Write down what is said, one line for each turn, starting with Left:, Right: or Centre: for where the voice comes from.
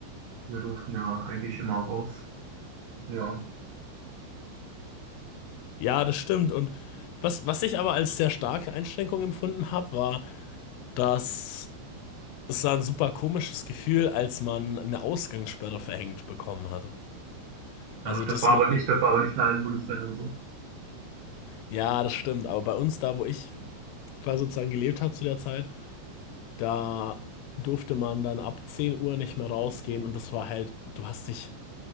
Right: wir durften ja eigentlich immer raus. Ja.
Left: Ja, das stimmt. Und was, was ich aber als sehr starke Einschränkung empfunden habe, war, dass es war ein super komisches Gefühl, als man eine Ausgangssperre verhängt bekommen hatte.
Right: Ach,
Left: Also,
Right: das
Left: dass
Right: war
Left: man,
Right: aber nicht, das war aber nicht in allen Bundesländern so.
Left: ja, das stimmt. Aber bei uns, da wo ich quasi sozusagen gelebt habe zu der Zeit, da durfte man dann ab 10 Uhr nicht mehr rausgehen und das war halt, du hast dich